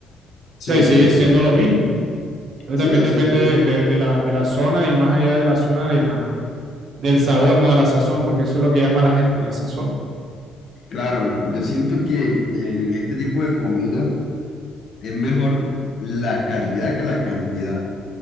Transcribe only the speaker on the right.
sea, y sigue
siendo lo mismo. Entonces
también
depende
de, de- de la, de la zona y más allá de la zona de la, del sabor, ¿no? De la sazón, porque eso es lo que llama la gente, la sazón.